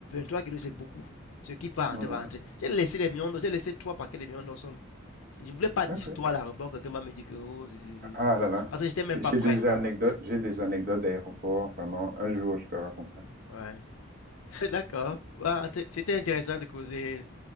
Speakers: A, on the left; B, on the right.
A: trois kilos, c'est beaucoup. Ce qui part
B: Mm,
A: rentrer,
B: mm.
A: va rentrer. J'ai laissé les mions j'ai laissé trois paquets de mions dans le sol. Je ne voulais pas d'histoire
B: OK.
A: là, rebord, quelqu'un va me dire que oh, c'est, c'est, c'est,
B: Ah
A: c'est.
B: là là.
A: Parce que j'étais même
B: C'est-
A: pas
B: J'ai
A: prêt.
B: des anecdotes. J'ai des anecdotes d'aéroport, vraiment. Un jour, je te raconterai.
A: Ouais. <laughs> D'accord. Bah, c'est- c'était intéressant de causer